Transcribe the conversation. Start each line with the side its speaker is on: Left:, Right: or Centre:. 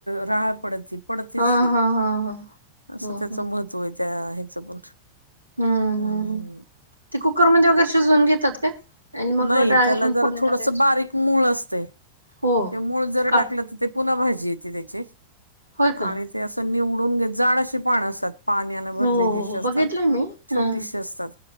Left: राहळ पडती पडतीस
Right: हा
Left: ती
Right: हा हा हा.
Left: असं
Right: ह
Left: त्याच
Right: ह
Left: मह -- त्वय त्या ह्याचं पण
Right: हम्म
Left: हम्
Right: हम्म ते कुकरमध्ये वगैर शिजवून घेतात काय आणि मग
Left: नाही
Right: डाळ
Left: त्याला
Right: घालून
Left: जरा
Right: फोडणी
Left: थोडस
Right: टाकायची
Left: बारीक मूळ असतय
Right: हो
Left: ते मूळ जरा
Right: का
Left: टाकलं तर ते पुन्हा भाजी येते त्याची
Right: होय का?
Left: आणि ते असं निवडून घेत जाड अशी पाण असतात पाण्यान भरलेली
Right: हो
Left: अशी
Right: हो
Left: असतात
Right: बघितलंय मी हा
Left: छोटीशी असतात